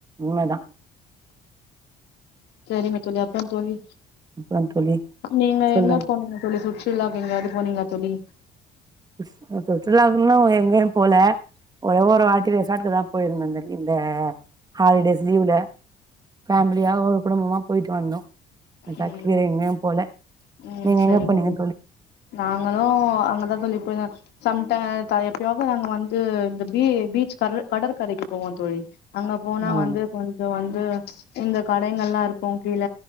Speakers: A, on the right; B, on the left.
A: உண்ம தா
B: சரிங்க தோழி அப்றம் தோழி
A: அப்றோ தோழி
B: நீங்க
A: சொல்லுங்க
B: எங்க போனீங்க தோழி சுற் றுலாக்கு எங்கயாது போனீங்களா தோழி
A: <unintelligible> சுற்றுலா இன்னு எங்கயு போல ஒரே ஒரு வாட்டி ரேசார்ட் தா போயிருந்த <unintelligible> இந்த ஹாலிடேஸ் லீவ்ல ஃபேமிலியா ஒரு குடும்பமா போய்ட்டு வந்தோ ரெசார்ட்க்கு
B: ம்
A: வேற
B: ம்
A: எங்கயு போல
B: ம்
A: நீங்க
B: சரிங்க
A: எங்க போனீங்க
B: தோழி நாங்களு அங்கதா தோழி போய்ருதோ சம்டா தல எப்பயாவது நாங்க வந்து இந்த பீ பீச் கற் கடற்கரைக்கு போவோ தோழி அங்க போனா
A: ஆ
B: வந்து கொஞ்ச வந்து இந்த கடைங்கள்லா இருக்கோ கீழ